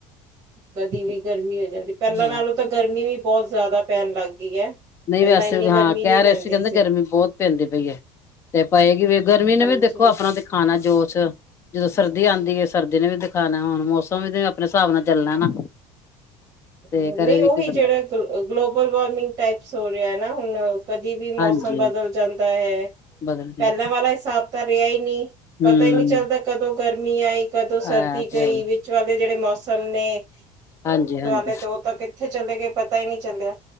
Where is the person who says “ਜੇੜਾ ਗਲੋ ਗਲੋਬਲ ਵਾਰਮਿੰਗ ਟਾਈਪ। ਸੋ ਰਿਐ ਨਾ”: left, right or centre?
Right